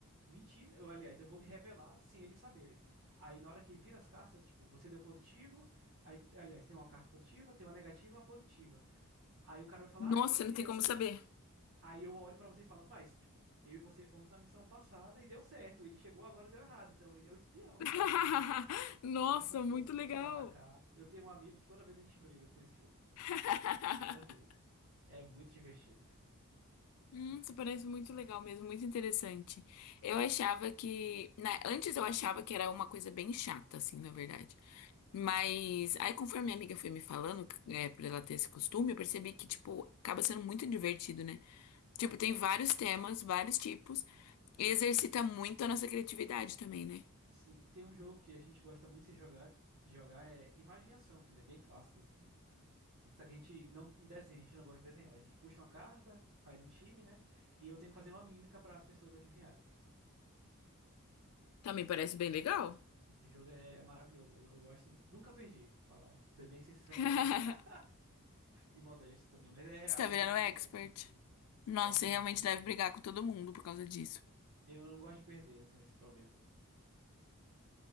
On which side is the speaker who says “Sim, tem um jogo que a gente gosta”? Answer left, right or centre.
Right